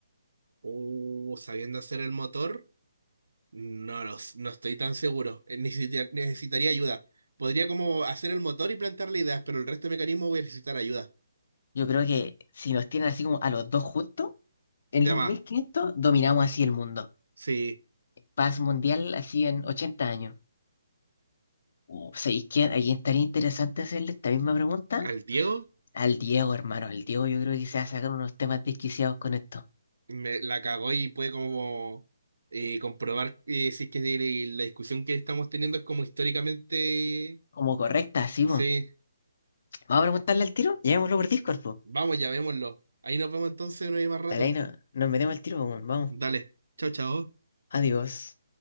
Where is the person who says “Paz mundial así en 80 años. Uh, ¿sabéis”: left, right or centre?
Left